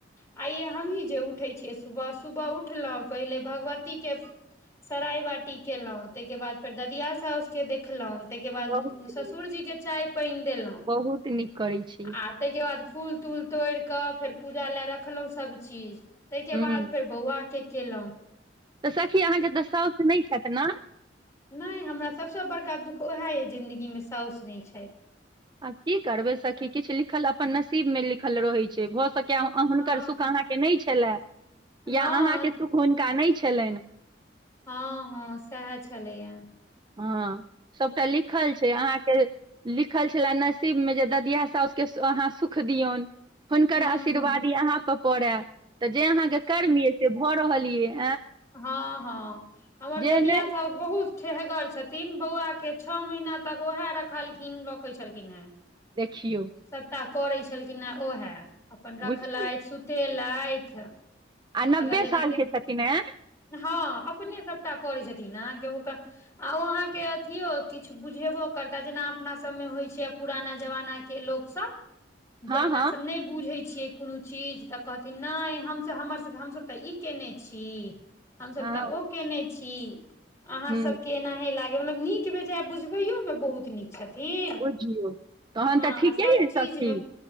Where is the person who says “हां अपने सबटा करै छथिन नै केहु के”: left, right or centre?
Left